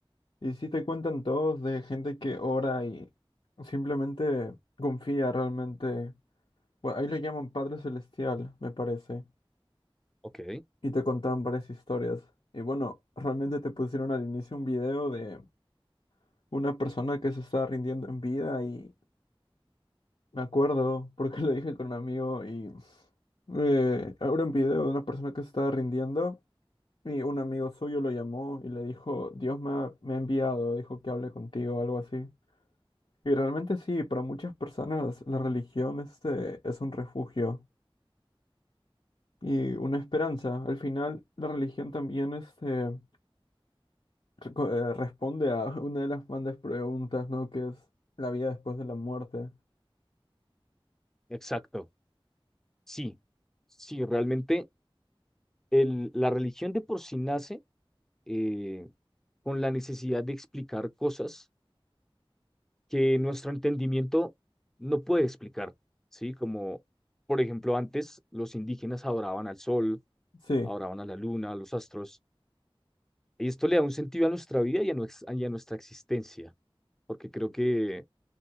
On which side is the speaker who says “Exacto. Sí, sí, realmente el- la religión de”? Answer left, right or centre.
Centre